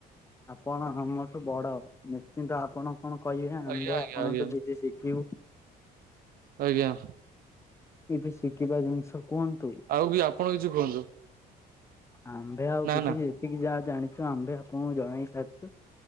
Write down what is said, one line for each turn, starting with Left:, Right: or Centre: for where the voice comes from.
Left: ଆପଣ ଆମଠୁ ବଡ ନିଶ୍ଚିନ୍ତ ଆପଣ କଣ କହିବେ
Right: ଆଜ୍ଞା
Left: ଆମ୍ଭେ
Right: ଆଜ୍ଞା
Left: ଆପଣଠୁ
Right: ଆଜ୍ଞା
Left: କିଛି ସି କିବୁ
Right: ଆଜ୍ଞା।
Left: କିଛି ଶିଖିବା ଜିନିଷ କୁହ ତି
Right: ଆଉ ବି ଆପଣ କିଛି କୁହନ୍ତୁ
Left: ଆମ୍ଭେ ଆଉ
Right: ନା
Left: କିଛି
Right: ନା
Left: ଯି ଯେତିକି ଯାହା ଜାଣିଚୁ ଆମ୍ଭେ ଆପଣଙ୍କୁ ଜଣେଇ ସାରିଚୁ।